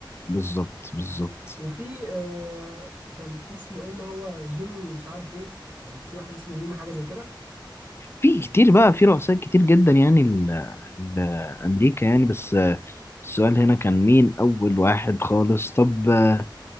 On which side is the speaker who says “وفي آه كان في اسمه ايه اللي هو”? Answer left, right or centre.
Right